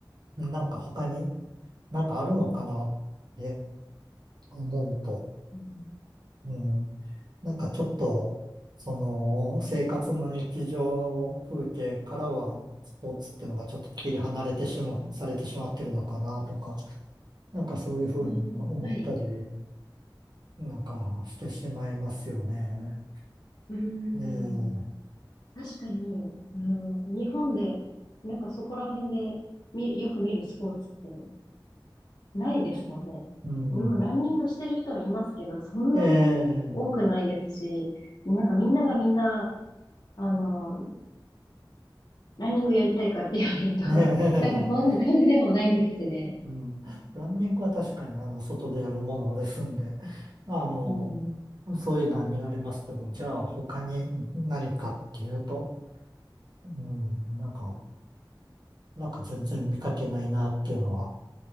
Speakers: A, on the right; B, on the left.
A: なんか他になんかあるのかなって思うと、
B: うん。
A: うん。なんかちょっと、
B: うん。
A: その、生活の日常風景からは、スポーツってのがちょっと切り離れてしまう、されてしまってるのかなとか、なんかそういうふうに思ったり、
B: うんはい。
A: なんかしてしまいますよね。
B: うん。
A: ええ
B: 確かに、うん、日本で、なんかそこら辺で見、よく見るスポーツってないですもんね。
A: うん。
B: でもランニングしてる人はいますけど、
A: うん
B: そんなに多くないですし、
A: ええ
B: なんかみんながみんな、あの、ランニングやりたいかって言われると <laughs>
A: ええ
B: なんかそんな感じでもないですしね。
A: うん。ランニングは確かに、あの、外でやるものですんで、あの、
B: うん。
A: そういうのは見られますけど、じゃあ他に何かっていうと、うん、なんか、なんか全然見かけないなっていうのは